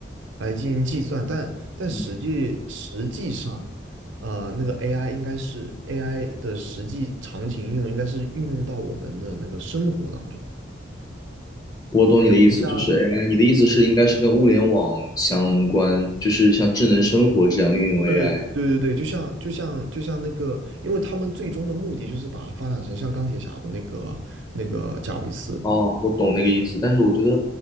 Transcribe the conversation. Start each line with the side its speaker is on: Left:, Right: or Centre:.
Right: 来进行计算，但但实际实际上，
Left: 嗯，
Right: 呃，那个 AI 应该是 AI 的实际场景应用，应该是运用到我们的那个生活当中。
Left: 我懂你的意思，
Right: 不像
Left: 就是 AI，你的意思是应该是跟物联网相关，就是像智能生活这样运用
Right: 对对对对，
Left: AI。
Right: 就像就像就像那个，因为他们最终的目的就是把它发展成像钢铁侠的那个那个贾维斯。
Left: 哦，我懂那个意思，但是我觉得，